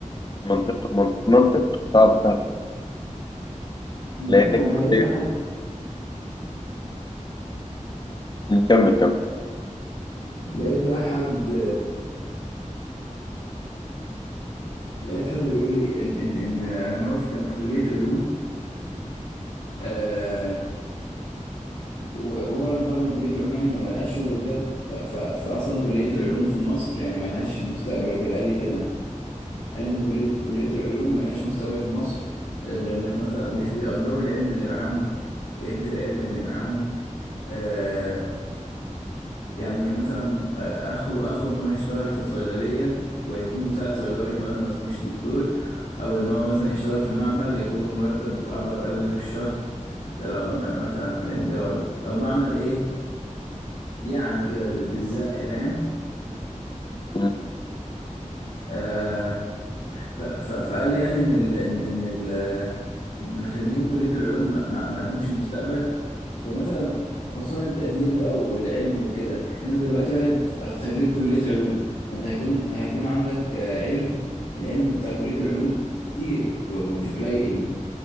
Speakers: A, on the left; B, on the left.
A: منطق من- منطق صعب فعلا
B: ما,
A: لأنك
B: ما
A: كلية
B: لقيت بقى حد
A: نكمل كمل
B: لقيت بقى حد لقيت حد بيقول لي ان ان ان ان هو كان في كليه علوم آه وهو لما خرج من كليه علوم يعني ما ما لقاش شغل وكده ف- ف- فاصلا كليه العلوم في مصر يعني ما لهاش مستقبل وكده قال لي كده قال لي ان كليه كليه العلوم ما لهاش مستقبل في مصر غير انك مثلا ومش بيقدروا العلم اللي معاهم وقيمه العلم اللي معاهم آه، يعني مثلا آه، اخره اخره ان هو يشتغل في الصيدليه وهيكون مساعد صيدلي كمان ما اسموش دكتور او ان هو مثلا يشتغل في معمل ياخد له مرتب 4000 جنيه في الشهر ده لو م- مثلا فاهم لو لو معمل ايه يعني كده ب- بالزق فاهم
A: مم.
B: آه ف ف فقال لي يعني ان ال ان ان ال- ان خريجين كليه العلوم ما, ما ما لهمش مستقبل ومثلا خصوصا التقدير بقى والعلم وكده انت دلوقتي واحد ف- خريج كلية علوم فانت هيكون هيكون عندك آه، علم العلم بتاع كلية العلوم كتير و- ومش قليل